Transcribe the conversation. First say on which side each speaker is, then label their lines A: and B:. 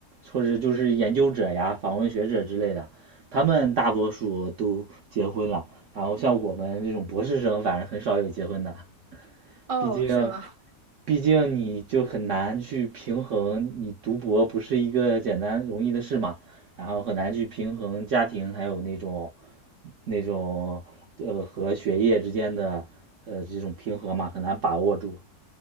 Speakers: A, on the right; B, on the right.
A: 或者就是研究者呀、访问学者之类的，他们大多数都结婚了，然后像我们这种博士生，反正很少有结婚的。
B: 哦，
A: 毕竟，
B: 是吗？
A: 毕竟你就很难去平衡，你读博不是一个简单容易的事嘛，然后很难去平衡家庭还有那种那种呃和学业之间的呃这种平衡嘛，很难把握住。